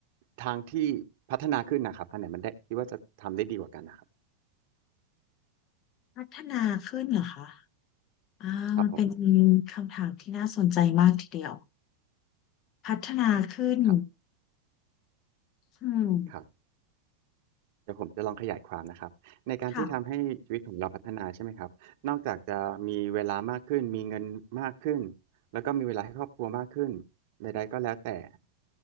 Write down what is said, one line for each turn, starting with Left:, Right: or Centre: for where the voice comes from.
Right: ทางที่พัฒนาขึ้นนะครับอันไหนมันได้คิดว่าจะทำได้ดีกว่ากันนะครับ
Left: พัฒนาขึ้นเหรอคะอ่ามันเป็น
Right: ครับผม
Left: คำถามที่น่าสนใจมากทีเดียวพัฒนาขึ้น
Right: ครับ
Left: อืม
Right: ครับเดี๋ยวผมจะลองขยายความนะครับในการที่ทำให้ชีวิตของเราพัฒนาใช่ไหมครับนอกจากจะมีเวลามากขึ้นมีเงินมากขึ้น
Left: ค่ะ
Right: แล้วก็มีเวลาให้ครอบครัวมากขึ้นใดๆก็แล้วแต่